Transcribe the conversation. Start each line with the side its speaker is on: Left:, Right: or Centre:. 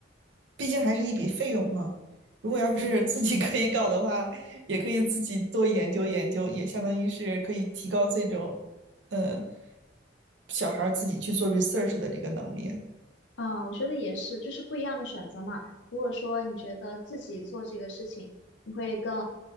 Right: 毕竟还是一笔费用嘛。如果要是自己可以搞的话，
Left: 嗯，
Right: 也可以自己多研究研究，也相当于是可以提高这种，呃，小孩儿自己去做 research 的这个能力。
Left: 啊，我觉得也是，就是不一样的选择嘛。如果说你觉得自己做这个事情，你会更